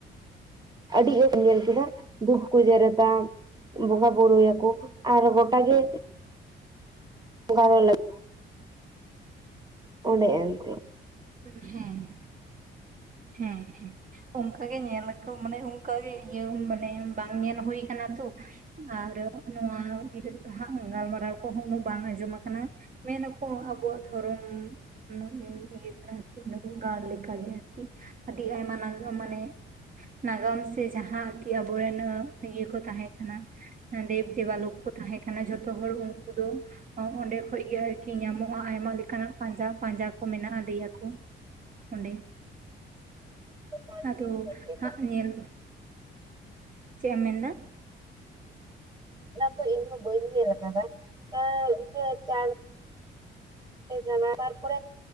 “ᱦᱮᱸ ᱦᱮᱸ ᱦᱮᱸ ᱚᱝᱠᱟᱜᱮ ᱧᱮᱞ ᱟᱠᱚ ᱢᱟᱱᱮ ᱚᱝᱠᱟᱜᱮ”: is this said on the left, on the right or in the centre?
Right